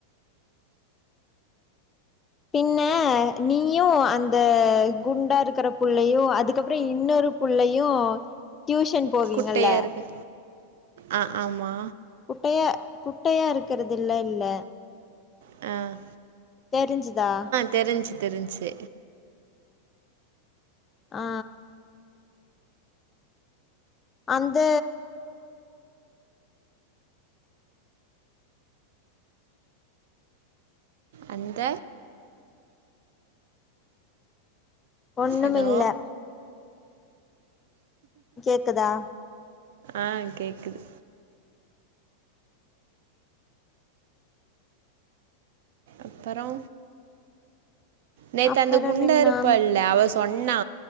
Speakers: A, on the left; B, on the right.
A: பின்ன நீயு அந்த குண்டா இருக்கிற புள்ளையு அதுக்கப்புறோ இன்னொரு புள்ளயு டியூஷன் போவீங்கல்ல
B: குட்டையா இருக்கு ஆ ஆமா
A: குட்டையா குட்டையா இருக்கிறதுல்ல இல்ல
B: அ
A: தெரிஞ்சுதா
B: தெரிஞ்சி தெரிஞ்சி
A: ஆ அந்த
B: அந்த
A: ஒண்ணுமில்ல
B: ஹலோ
A: கேக்குதா
B: ஆ கேக்குது அப்பறோ நேத்து
A: அப்பறம்
B: அந்த குண்டா
A: என்னா
B: இருப்பல்ல அவ சொன்னா